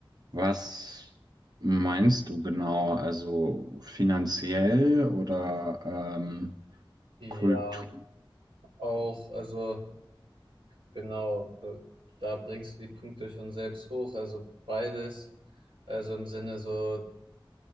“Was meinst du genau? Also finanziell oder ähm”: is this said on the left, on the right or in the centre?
Right